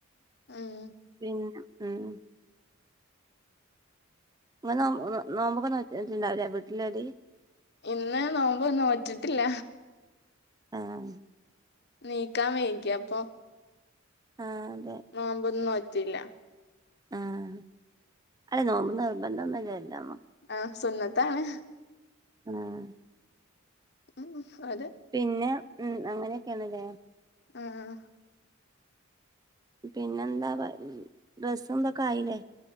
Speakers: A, on the left (about 55°); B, on the right (about 20°).
A: ഉം
B: പിന്നെ ഉം ഇങ്ങള് നോമ്പ് നോമ്പൊക്കെ നോറ്റ്ണ്ടാവുല്ല വീട്ടിള്ളോര്?
A: ഇന്ന് നോമ്പ് നോറ്റിട്ടില്ല
B: ആഹ്
A: നീക്കാം വൈകി അപ്പൊ
B: ആഹ് അതെ
A: നോമ്പൊന്നും നോറ്റില്ല
B: ആഹ് അല്ല നോമ്പ് നിർബന്ധം ഒന്നു ഇല്ലല്ലോ എല്ലാ
A: ആഹ് സുന്നത്താണ്
B: ആഹ്
A: ഉം അതെ
B: പിന്നെ ഉം അങ്ങനെയൊക്കെണ് ല്ലേ
A: ആഹ് -
B: പിന്നെന്താ പ ഡ്ര സ്സ് തെക്കെ ആയില്ലേ